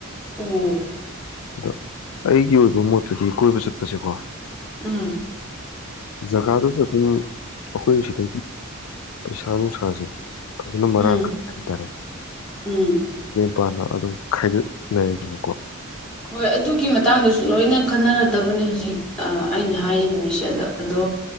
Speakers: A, in the centre; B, on the left.
A: ꯎꯝ
B: ꯑꯗꯣ ꯑꯩꯒꯤ ꯑꯣꯏꯕ ꯃꯣꯠꯇꯨꯗꯤ ꯀꯣꯏꯕ ꯆꯠꯄꯁꯦꯀꯣ
A: ꯎꯝ
B: ꯖꯒꯥꯗꯨ ꯑꯗꯨ ꯑꯈꯣꯏꯁꯤꯗꯒꯤ ꯄꯩꯁꯥ ꯅꯨꯡꯁꯥꯁꯦ ꯐꯖꯅ ꯃꯔꯥꯡ
A: ꯎꯝ
B: ꯀꯥꯢꯅ ꯍꯥꯢꯇꯥꯔꯦ
A: ꯎꯝ
B: ꯄꯥꯅ ꯑꯗꯨꯝ ꯈꯥꯏꯒꯠꯅꯦꯗꯅꯀꯣ
A: ꯍꯣꯏ ꯑꯗꯨꯒꯤ ꯃꯇꯥꯡꯗꯁꯨ ꯂꯣꯏꯅ ꯈꯟꯅꯔꯗꯕꯅꯦ ꯍꯧꯖꯤꯛ ꯑ ꯑꯩꯅ ꯍꯥꯏꯔꯤ ꯅꯨꯃꯤꯠꯁꯦ ꯑꯗ ꯑꯗꯣ